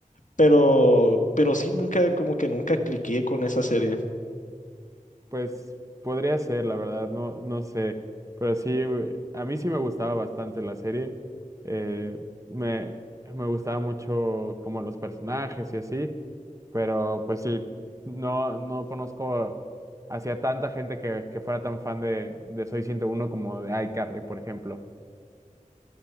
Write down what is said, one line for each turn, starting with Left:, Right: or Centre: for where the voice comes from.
Left: pero, pero sí nunca, como que nunca cliqué con esa serie.
Right: Pues podría ser, la verdad, no, no sé, pero sí, a mí sí me gustaba bastante la serie. eh, me, me gustaba mucho como los personajes y así, pero pues sí, no, no conozco hacia tanta gente que, que fuera tan fan de, de Soy ciento uno como de iCarly, por ejemplo.